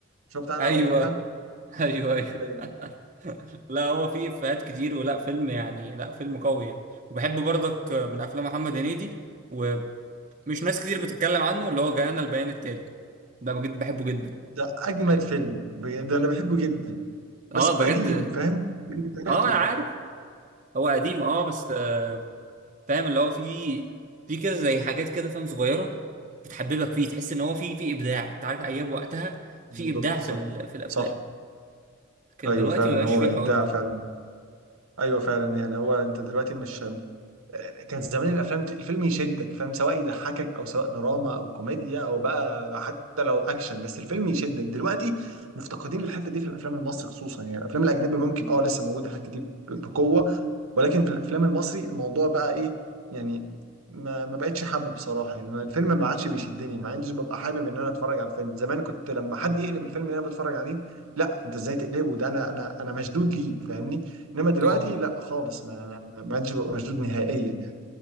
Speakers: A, on the right; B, on the right.
A: مش هو بتاع انا
B: ايوه
A: ولا ارحاب
B: ايوه ايوه
A: ايوه
B: <laughs> لا هو فيه افيهات كتير ولا فيلم يعني لا فيلم قوي يعني وبحب برضك من افلام محمد هنيدي ومش ناس كتير بتتكلم عنه اللي هو جاءنا البيان التالي ده بجد بحبه جدا
A: ده اجمد
B: يعني
A: فيلم بجد- ده انا بحبه جدا بس
B: اه بجد
A: هو قديم فاهم من بداياته
B: اه انا عارف هو قديم اه بس آه فاهم اللي هو فيه فيه كده زي حاجات كده فاهم صغيرة بتحببك فيه تحس ان هو فيه فيه ابداع انت عارف ايام وقتها
A: بالظبط
B: فيه ابداع
A: صح
B: في ال- في الافلام
A: صح
B: كان
A: ايوه
B: دلوقتي
A: فعلا
B: مبقاش
A: هو
B: فيه
A: ابداع
B: الحوار ده
A: فعلا ايوه فعلا يعني هو انت دلوقتي مش كان زمان الافلام ت- الفيلم يشدك فاهم سواء يضحكك او سواء دراما او كوميديا او بقى حتى لو اكشن بس الفيلم يشدك دلوقتي مفتقدين الحته دي في الافلام المصري خصوصا يعني الافلام الاجنبي ممكن اه لسه موجوده الحته دي ب- بقوه ولكن في الافلام المصري الموضوع بقى ايه يعني ما ما بقتش حابه بصراحه يعني ما- الفيلم ما عادش بيشدني ما عنديش ببقى حابب ان انا اتفرج على الفيلم زمان كنت لما حد يقلب الفيلم اللي انا بتفرج عليه لا انت ازاي تقلبه ده انا انا انا مشدود ليه فاهمني انما دلوقتي
B: اه
A: لا خالص ما ما عادش ببقى مشدود نهائيا يعني